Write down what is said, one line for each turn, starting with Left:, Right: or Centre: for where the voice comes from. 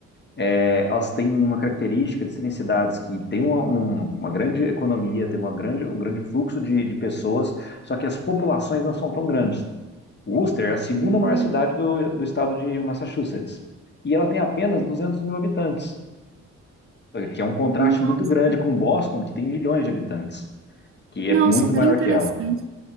Left: é, elas têm uma característica de serem cidades que têm uma, um- uma grande economia, têm uma grande, um grande fluxo de, de pessoas, só que as populações não são tão grandes. Worcester é a segunda
Right: Hum,
Left: maior cidade do, do estado de Massachusetts, e ela tem apenas 200 mil habitantes, que é um contraste
Right: Nossa,
Left: muito grande com Boston, que tem milhões de habitantes, que
Right: não,
Left: é muito
Right: super
Left: maior
Right: interessante.
Left: que ela.